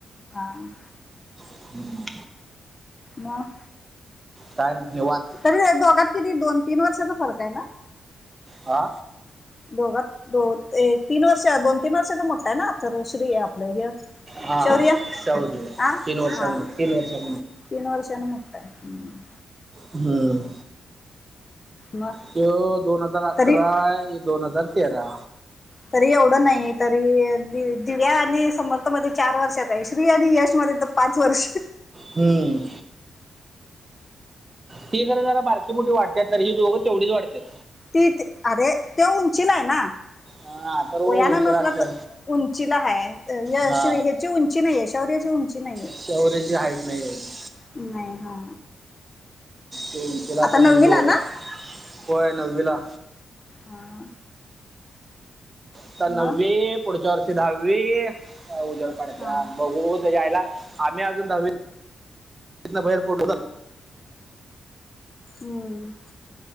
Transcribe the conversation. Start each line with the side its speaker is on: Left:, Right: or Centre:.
Left: ह्.
Right: हम्म.
Left: मग
Right: काय नाही. निवांत
Left: तरी दोघांत किती दोन तीन वर्षाचा फरक आहे ना
Right: हा.
Left: दोघात दो ते तीन वर्ष दोन तीन वर्षाचा मोठा आहे ना अथर्व श्री आपलं
Right: हा
Left: शौर्य
Right: तीन
Left: आ
Right: वर्षां
Left: हा
Right: तीन वर्षां
Left: तीन वर्षान मोठाय हम्म
Right: हम्म
Left: मग
Right: त्योक्ष दोन हजार अकरा
Left: तरी
Right: हि दोन हजार तेरा
Left: तरी एवढं नाही तरी दिव्या आणि समर्थ मध्ये चार वर्षात आहे श्री आणि यश तर पाच वर्ष
Right: हमम तीज् खर जरा बारकी मोठी वाटत्यात तर ही दोघं तेवढीच वाटत्यात.
Left: ती अरे त्यो उंचीला आहे ना.
Right: हा तर
Left: वयानं
Right: उंचीला
Left: नसला
Right: असल्या
Left: तर उंचीला हाय
Right: हा
Left: श्री हेची उंची नाहीये शौर्यची उंची नाहीये.
Right: शौर्याची हाईट नाही. एवढी.
Left: नाही हा.
Right: त्यो उंचीला असल्या
Left: आता नववीला
Right: मुळ हि दोघच
Left: ना
Right: होय नववीला
Left: हा.
Right: आता नववी
Left: मग
Right: पुढच्या वर्षी दहावी काय उजड पाडत्यात
Left: हा
Right: बघू त्याच्या आईला आम्ही अजून दवीत इतन बाहेर पडलो
Left: हम्म